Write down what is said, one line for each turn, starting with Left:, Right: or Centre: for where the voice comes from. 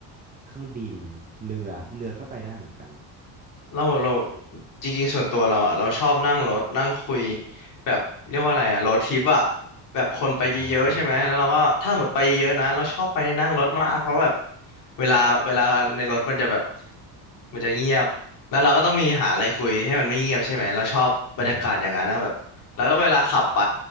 Right: เครื่องบินเรือเรือก็ไปได้เหมือนกัน
Left: เราเราจริงๆส่วนตัวเราอ่ะเราชอบนั่งรถนั่งคุยแบบเรียกว่าอะไรอ่ะรถทิปอ่ะแบบคนไปเยอะๆใช่ไหมแล้วเราก็ถ้าหมดไปเยอะๆนะเราชอบไปนั่งรถมากเพราะแบบ
Right: อ่าก็
Left: เวลาเวลาในรถมันจะแบบมันจะเงียบแล้วเราก็ต้องมีหาอะไรคุยให้มันไม่เงียบใช่ไหมเราชอบบรรยากาศอย่างนั้นนะแบบแล้วก็เวลาขับไป
Right: อ่า